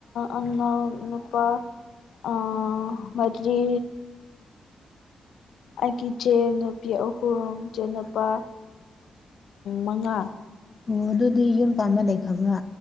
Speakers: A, on the left; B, on the left.
A: ꯑꯉꯥꯡ ꯅꯨꯄꯥ ꯑꯥ ꯃꯔꯤ ꯑꯩꯒꯤ ꯏꯆꯦ ꯅꯨꯄꯤ ꯑꯍꯨꯝ ꯏꯆꯦꯟꯅꯨꯄꯥ ꯃꯉꯥ
B: ꯑꯣ ꯑꯗꯨꯗꯤ ꯌꯨꯝ ꯄꯥꯟꯕ ꯂꯩꯈꯕ꯭ꯔꯥ